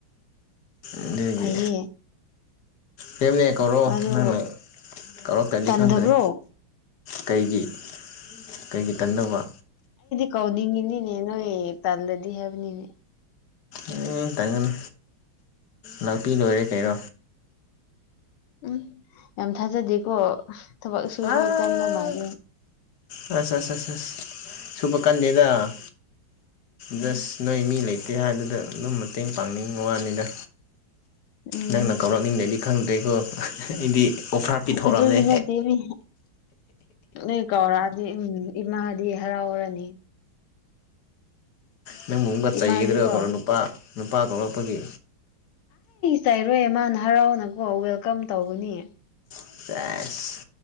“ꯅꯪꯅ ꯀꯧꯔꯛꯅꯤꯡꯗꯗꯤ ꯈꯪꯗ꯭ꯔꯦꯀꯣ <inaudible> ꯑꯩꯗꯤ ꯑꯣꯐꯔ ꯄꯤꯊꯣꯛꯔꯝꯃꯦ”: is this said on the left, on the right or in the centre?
Left